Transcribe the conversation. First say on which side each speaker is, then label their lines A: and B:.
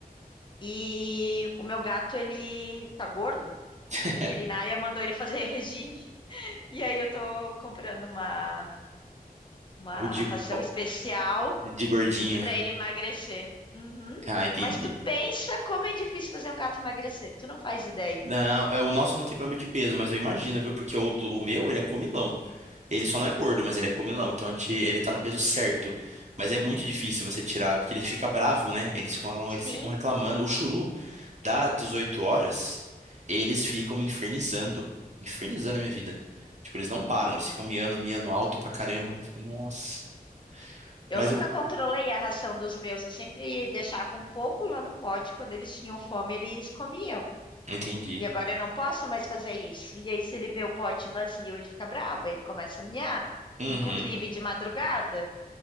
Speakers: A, on the left; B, on the right.
A: E o meu gato, ele tá gordo. A
B: <laughs>
A: veterinária mandou ele fazer <laughs> regime. E aí eu tô comprando uma uma
B: O de,
A: ração
B: o
A: especial
B: de gordinho.
A: Pra
B: <laughs>
A: ele emagrecer. Uhum.
B: Ah, entendi.
A: Mas tu pensa como é difícil fazer um gato emagrecer. Tu não faz ideia.
B: Não, é, o nosso não tem problema de peso, mas eu imagino, viu? Porque o, do, o meu, ele é comilão. Ele só não é gordo, mas ele é comilão. Então a gente, ele tá no peso certo. Mas é muito
A: Uhum.
B: difícil você tirar, porque ele fica bravo, né? Eles ficam,
A: Sim,
B: eles ficam reclamando. O churu, dá 18 horas, eles ficam me infernizando. Infernizando a minha vida. Tipo, eles não param, eles ficam miando, miando alto pra caramba. Eu Falei, nossa.
A: eu
B: Mas
A: nunca
B: eu
A: controlei a ração dos meus. Eu sempre deixava um pouco lá no pote. Quando eles tinham fome, eles comiam.
B: entendi.
A: E agora eu não posso mais fazer isso. E aí, se ele vê o pote vazio, ele fica bravo, ele começa a miar.
B: Uhum.
A: Inclusive de madrugada.